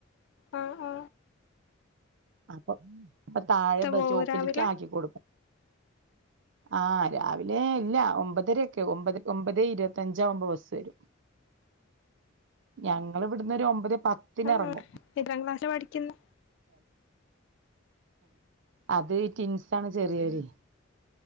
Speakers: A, on the left; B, on the right.
A: ആ ആ
B: അപ്പൊ താഴെ ബ
A: പോവോ
B: സ്റ്റോപ്പിൽക്ക്
A: രാവിലെ
B: ആക്കി കൊടുകും ആ രാവിലെ ഇല്ല ഒമ്പതരൊക്കെ ഒമ്പത് ഒമ്പതേ ഇരുപത്തഞ്ചാവുമ്പം ബസ്സെരും ഞങ്ങള് ഇവട്ന്നൊരു ഒമ്പത് പത്തിന്
A: ആ
B: ഇറങ്ങും
A: എത്രാം ക്ലാസ്സാ പഠിക്ന്നെ
B: അത് റ്റിൻസാണ് ചെറ്യേര്